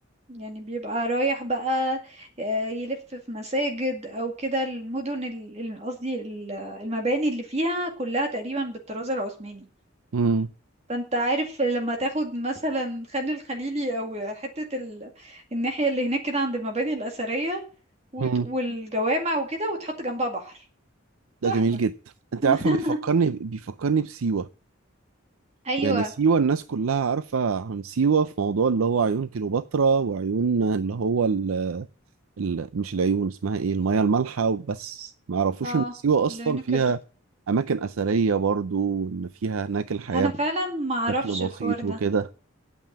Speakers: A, on the right (about 30°); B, on the right (about 80°).
A: يعني بيبقى رايح بقى آه، يلف في مساجد او كده المدن ال- ال- قصدي ال- المباني اللي فيها كلها تقريبا بالطراز العثماني
B: مم،
A: فانت عارف لما تاخد مثلا خان الخليلي او حتة ال... الناحية اللي هناك كده عند المباني الأثرية وت...
B: مم.
A: والجوامع وكده وتحط جنبها بحر
B: ده
A: تحفة
B: جميل جدا انت
A: <laughs>
B: عارفه بيفكرني بيفكرني بسيوه
A: ايوه
B: يعني سيوه الناس كلها عارفه عن سيوه في موضوع اللي هو عيون كليوباترا وعيون اللي هو ال... ال... مش العيون اسمها ايه الميه المالحه وبس ما يعرفوش
A: اه
B: ان سيوه اصلا
A: العيون
B: فيها
A: كبرت
B: اماكن اثريه برضو وان فيها هناك الحياه
A: انا فعلا ما اعرفش
B: بشكل بسيط
A: الحوار ده
B: وكده